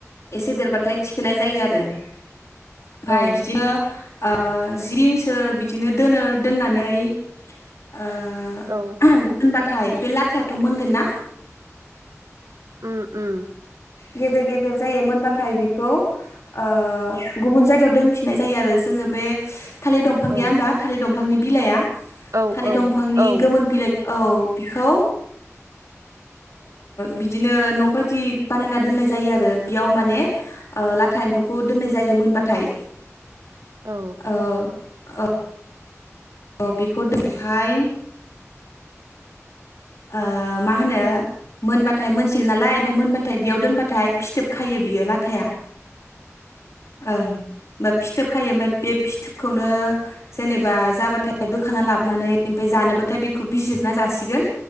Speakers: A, on the left; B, on the right.
A: एसे देरबाथाय थिखोनाय जायो आरो ओमफाय
B: औ
A: बिदिनो ओ जि दिनसो बिदिनो दोनो दोननानै ओ
B: औ
A: बा थाय बे लाथायाथ' मोनगोन ना?
B: उम उम।
A: गेदेर गेदेर जायो मोनबाथाय बेखौ ओ गुबुन जायगायाव दोनफिननाय जायो आरो जोङो बे थालिर दंफां
B: औ
A: गैया होनबा थालिर दंफां बिफांनि बिलाइया
B: औ
A: थालिर
B: औ औ
A: दंफांनि
B: औ
A: गोमोन बिलाइ औ बिखौ ओ बिदिनो न' बायदि बानायना दोननाय जायो आरो बेयाव माने ओ लाथा एम्फौखौ दोननाय जायो मोनबाथाय।
B: औ
A: ओ अ औ बेखौ ओमफाय ओ मा होनो मोनबाथाय मोनसिगोन नालाय ओमफाय मोनबाथाय बेयाव दोनबाथाय फिथोब खायो बियो लाथाया। ओं। ओ फिथोब खायो ओमफाय बे फिथोबखौनो जेनेबा जाबा थाय बोखाना लाबोनानै ओमफाय जानोबाथाय बेखौ बिजिरना जासिगोन।